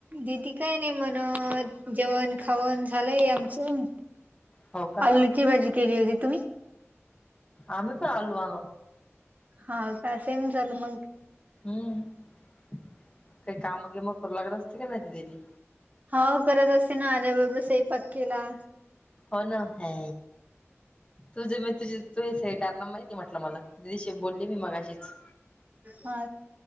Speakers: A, on the right; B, on the left.
A: दिदी काय नाही म्हणत जेवण खावण झालंय आमचं.
B: हो
A: आलूची भाजी केली होती तुम्ही?
B: आणू चा आलू आह.
A: हा काय सेम झालं मग
B: हम्म काही कामं गेम करू लागत असती की नाही दीदिली
A: हाव करत असती ना आल्या बरबर सईपाक केला.
B: हो ना है. तुझे म तुझे तू हे सग कारना माहिती म्हटलं मला दिदीशी बोलली मी मगाशीच
A: हा.